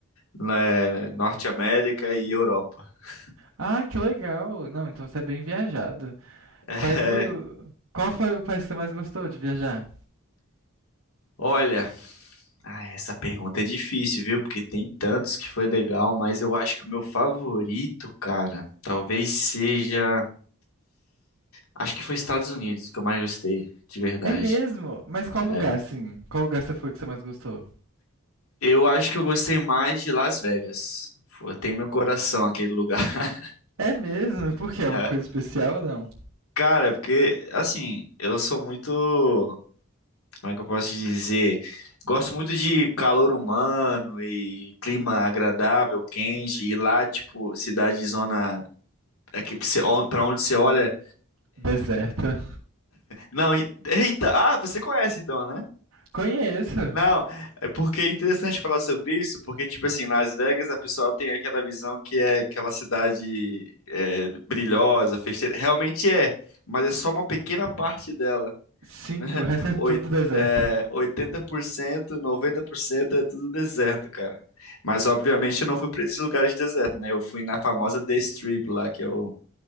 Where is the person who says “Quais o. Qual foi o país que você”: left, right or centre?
Right